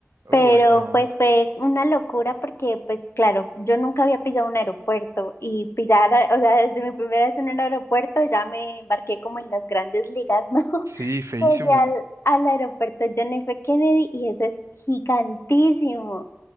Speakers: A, on the right (about 85°); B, on the left (about 60°).
A: Uy,
B: Pero
A: no.
B: pues fue una locura porque pues claro, yo nunca había pisado un aeropuerto y pisar, a- o sea, desde mi primera vez en un aeropuerto ya me embarqué como en las grandes ligas, ¿no? <laughs>
A: Sí, feísimo.
B: Llegué al,
A: un-
B: al aeropuerto John F. Kennedy y eso es gigantísimo,